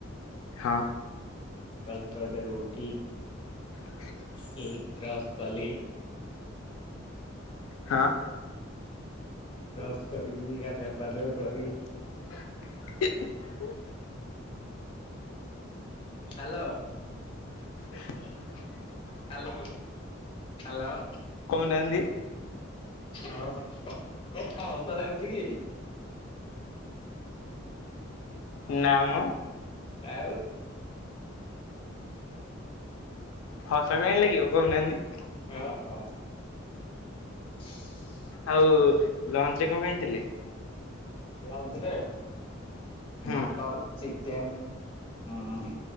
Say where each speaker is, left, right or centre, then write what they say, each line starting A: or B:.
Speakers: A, on the left (about 90°); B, on the left (about 25°).
A: ହଁ।
B: ସକାଳୁ ଛ ଟା ରୁ ଉଠି।
A: <inaudible>
B: କି ବ୍ରସ୍ କଲି।
A: ହାଁ।
B: ବ୍ରସ କରିକି ଗାଧୁଆ ପାଧୁଆ କରି।
A: <inaudible>
B: ହାଲୋ।
A: <inaudible>
B: Hello hello.
A: କହୁ ନାହାନ୍ତିି।
B: ହଁ ହ କଁ ହସ ଲାଗୁଚି କି?
A: ନା ମ।
B: ଆଉ।
A: ହସ କାଇଁ ଲାଗିବ କହୁ ନାହାନ୍ତିି।
B: ଅ ହ। <inaudible>
A: ଆଉ ଲଞ୍ଚ ରେ କଁ ଖାଇଥିଲେ?
B: ଲଞ୍ଚ ରେ
A: ହୁଁ
B: ଭାତ ଚି କନ୍ ଉଁ